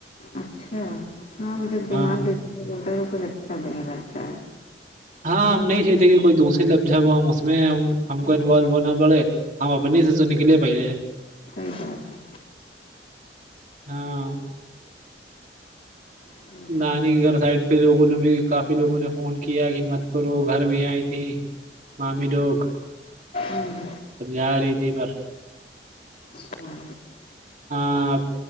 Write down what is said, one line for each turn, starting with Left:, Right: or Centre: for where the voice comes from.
Left: اچھا ہاں وہ جب دماغ
Right: ہاں
Left: ڈ ہوتا ہے تو کچھ اچھا بھی نہیں لگتا ہے
Right: ہاں ہم نہیں چاہتے کہ کوئی دوسری لفظ ہے وہ ہم اس میں ہم ہم
Left: صحیح
Right: کو انوالو
Left: بات
Right: ہونا پڑے ہم اپنی سے تو نکلے پہے
Left: صی جتے ہیں
Right: ہاں
Left: صحیح بات
Right: نانی
Left: ہے
Right: گھر سائڈ کے لوگوں نے بھی کافی لوگوں نے فون کیا کہ مت کرو گھر بھی آئی تھی مامی لوگ
Left: ہوں
Right: سمجھا رہی تھی پر
Left: ہاں
Right: ہاں